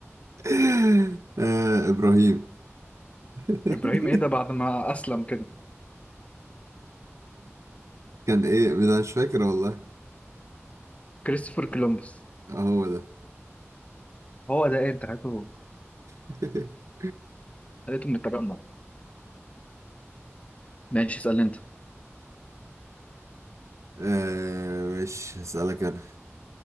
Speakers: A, on the right; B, on the left.
A: <laughs> آه، إبراهيم <laughs>
B: ابراهيم ايه ده بعد ما اسلم كده
A: كان إيه أنا مش فاكر والله
B: كريستوفر كولومبوس
A: آه، هو ده
B: هو ده ايه انت عارفه
A: <laughs>
B: لقيته من التجمع ماشي اسال انت
A: آه، مش هسألك أنا